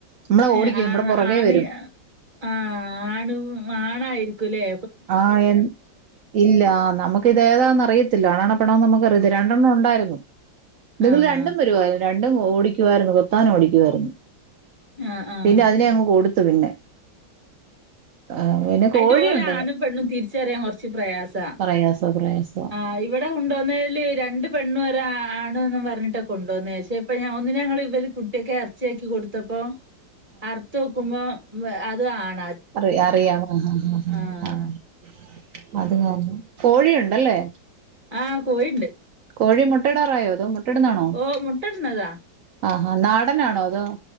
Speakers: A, on the right; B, on the right.
A: നമ്മളെ
B: ഏ
A: ഓടിക്കും
B: ആ
A: നമ്മുടെ പുറകെ
B: ആണ്
A: വരും
B: ആ ആണ് ആണായി ക്കുലേ
A: ആഹ എൻ ഇല്ല നമുക്ക് ഇത് ഏതാന്ന് അറിയത്തില്ല ആണാണോ പെണ്ണാണോ നമുക്ക് വറ്ത് രണ്ടെണ്ണോഉണ്ടായിരുന്നു നിങ്ങൾ
B: ആഹ്
A: രണ്ടും വരുായ <unintelligible> പണ്ടും ഓടിക്കുായിരുന്നു കത്താനും ഓടിക്കുായിരുന്നു
B: ആഹ് ആഹ്
A: പിന്നെ അതിനെ അങ്ങ് കൊടുത്ത് <unintelligible> പിന്നെ ആ പിന്നെ
B: അയിറ്റ്
A: കോഴിയുണ്ട്
B: ഓലെ ആണും പെണ്ണും തിരിച്ചറിയാൻ കുറച്ച് പ്രയാസ
A: പ്രയാസോ പ്രയാസോ
B: ആ് ഇവിടെ കൊണ്ടുവന്നതില് രണ്ടു പെണ്ണു ഒരാ <unintelligible> ണ്ണു ആണ്ന്ന് പറഞ്ഞിട്ടാ കൊണ്ടുവന്നെ പഷേ ഇപ്പൊ ഒന്നിനെങ്ങൾ ഇവല് കുട്ടിയെക്ക്എറച്ചിയക്കികൊടുത്തപ്പോ <unintelligible> കൊടുത്തപ്പോ അർത്തോകു്പം <unintelligible> അത് ആണ്
A: അറിയ അറിയാാം ആഹ <unintelligible>
B: ആഹ്
A: അതെ അതെ കോഴിയുണ്ടല്ലേ
B: ആഹ കോയിണ്ട്
A: കോഴി മുട്ടടാറായോതോന്ന് <unintelligible>
B: ഓ മുട്ട ഇടുന്നതാ
A: ആഹ നാടനാണോ? ആണോ <unintelligible>